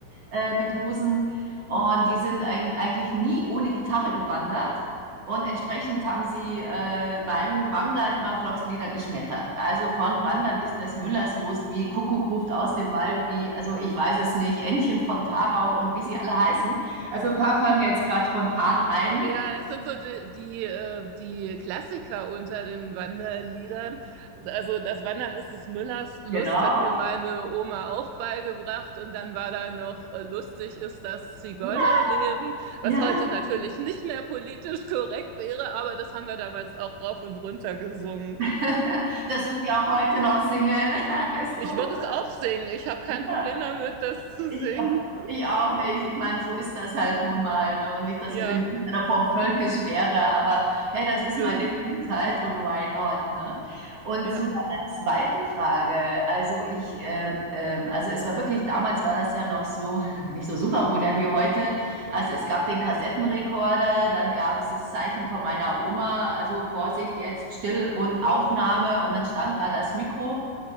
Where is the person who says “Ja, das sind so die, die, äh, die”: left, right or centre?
Right